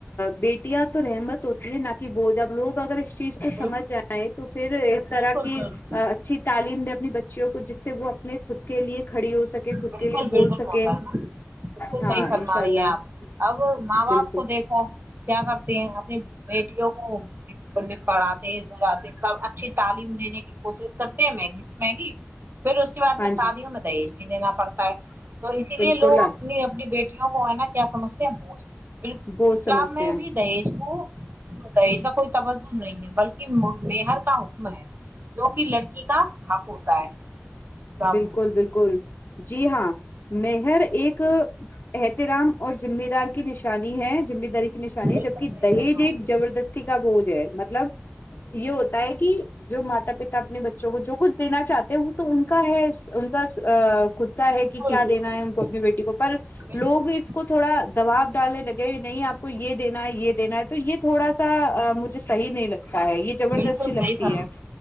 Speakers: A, on the left; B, on the right.
A: بیٹیاں تو رحمت ہوتی ہیں نہ کہ بول اب لوگ اگر اس چیز کو سمجھ
B: بالکل
A: جائیں تو پھر اس
B: بالکل
A: طرح کی
B: بالکل
A: اچھی تعلیم دے اپنی بچیوں کو جس سے وہ اپنے خود کے لیے کھڑی ہو سکے خود
B: بالکل
A: کے لیے بول
B: بالکل
A: سکے
B: بالکل
A: ہاں
B: صحیح فرما
A: انشاء
B: رہی
A: اللہ
B: ہیں آپ اب ماں باپ
A: بالکل
B: کو دیکھو کیا کرتے ہیں اپنی بیٹیوں کو اننے پڑھاے سب اچھی تعلیم دینے کے کوشش کرتے ہیں مہنگی سے مہنگی پھر اس کے بعد
A: ہاں
B: میں شادیوں
A: جی
B: میں دہیج بھی دینا پڑتا ہے تو اسی
A: بالکل
B: لیے لوگ اپنی اپنی بیٹی کو ہے نا کیا سمجتے ہیں بالکل
A: بہت
B: اسلام
A: سمجھتے
B: میں
A: ہیں
B: بھی دہیج کو <unintelligible> کوئی توجن نہیں ہے بلکہ مر کا حکم ہے جو کہ لڑکی کا حق ہوتا ہے اسلام
A: بالکل
B: میں
A: بالکل جی ہاں مر ایک رام اور مہ دار کی نشانی ہے مہ داری کی نشانی
B: بالکل
A: ہے جبک
B: صحیح
A: دہیج
B: فرما
A: ایک
B: رہی ہو
A: جبردستی کا بوج ہے مطلب یہ ہوتا ہے کہ جو ماتا پتا اپنے بچوں کو جو کچھ دینا چاہتے ہو تو ہے ان کا خود کا ہے کہ
B: بالکل
A: کیا
B: بالکل
A: دینا ہے ان کو اپنی بیٹی کو پر
B: بالکل
A: لوگ اس کو تھوڑا دباب ڈالنے لگے نہیں آپ کو یہ دینا ہے یہ دینا ہے تو یہ تھوڑا سا مجھے صح نہیں لگتا ہے یہ زبردستی
B: بالکل
A: لگتی
B: صحیح فرم
A: ہے